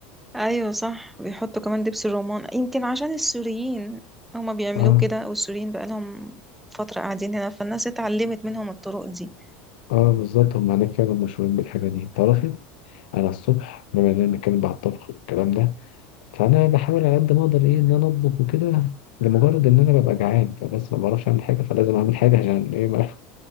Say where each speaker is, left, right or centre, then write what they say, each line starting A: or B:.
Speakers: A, in the centre; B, on the left (about 85°).
A: ايوه صح بيحطوا كمان دبس الرمان يمكن عشان السوريين هما بيعملوه
B: اه
A: كده والسوريين بقالهم فترة قاعدين هنا فالناس اتعلمت منهم الطرق دي
B: اه بالظبط هم هناك فعلا مشهورين بالحاجة دي تعرفي انا الصبح بما اننا بنتكلم بقى على الطبخ والكلام ده فانا بحاول على قد ما اقدر ايه ان انا اطبخ وكده لمجرد ان انا ببقى جعان فبس ما بعرفش اعمل حاجة فلازم اعمل حاجة عشان ايه ما, <laughs>